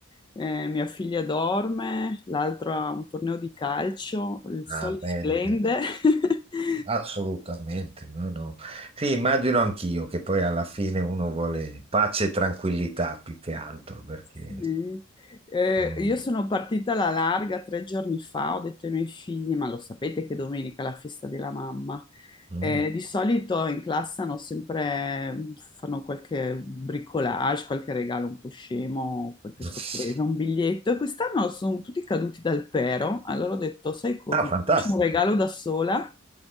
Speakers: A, on the left (about 20°); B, on the right (about 30°).
A: Eh, mia figlia dorme, l'altro ha un torneo di calcio, il sole
B: Ah, bene,
A: splende.
B: bene.
A: <laughs>
B: Assolutamente, no, no. Sì, immagino anch'io che poi alla fine uno vuole pace e tranquillità più che altro, perché
A: Sì. Eh,
B: non-
A: io sono partita alla larga tre giorni fa, ho detto ai miei figli, ma lo sapete che domenica è la festa della mamma.
B: mm.
A: Eh, di solito in classe hanno sempre, fanno qualche bricolage, qualche regalo un po' scemo, qualche
B: <laughs>
A: sorpresa, un biglietto. E quest'anno sono tutti caduti dal pero, allora ho detto, sai cosa,
B: Ah, fantastico.
A: mi faccio un regalo da sola.